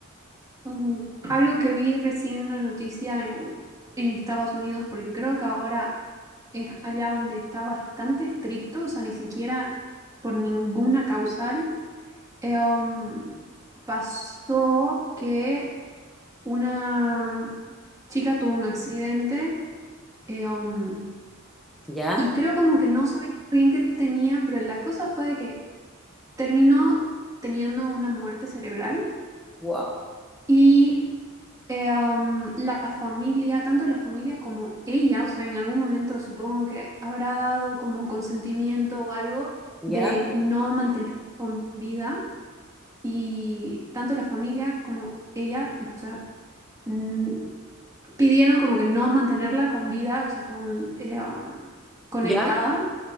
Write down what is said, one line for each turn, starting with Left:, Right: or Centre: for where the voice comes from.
Right: mm, algo que vi recién una noticia en, en Estados Unidos, porque creo que ahora es allá donde está bastante estricto, o sea, ni siquiera por ninguna causal, eh, um, pasó que una chica tuvo un accidente eh, um,
Centre: ¿Ya?
Right: y creo como que no sabía bien qué tenía, pero la cosa fue de que terminó teniendo una muerte cerebral.
Centre: Wow.
Right: Y Eh, um, la familia, tanto la familia como ella, o sea, en algún momento supongo que habrá dado como consentimiento o algo
Centre: ¿Ya?
Right: de no mantener con vida y tanto la familia como ella, o sea, mm, pidieron como que no mantenerla con vida, o sea, con, eh, um, conectada,
Centre: ¿Ya?